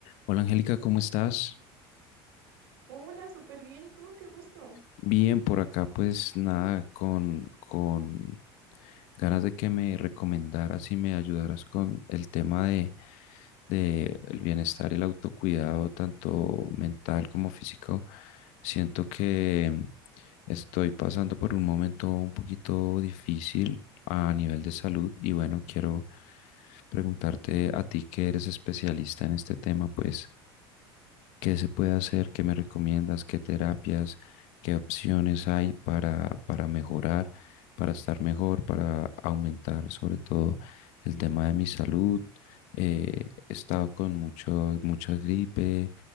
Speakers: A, on the left (about 65°); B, on the right (about 85°).
A: Hola Angélica, ¿cómo estás?
B: Hola, súper bien. ¿Y tú? Qué gusto.
A: Bien, por acá pues nada, con, con ganas de que me recomendaras y me ayudaras con el tema de, de el bienestar y el autocuidado, tanto mental como físico. Siento que mm, estoy pasando por un momento un poquito difícil a nivel de salud y bueno, quiero preguntarte a ti que eres especialista en este tema, pues ¿Qué se puede hacer? ¿Qué me recomiendas? ¿Qué terapias? ¿Qué opciones hay para, para mejorar, para estar mejor, para aumentar sobre todo el tema de mi salud? Eh, he estado con mucho, mucha gripe,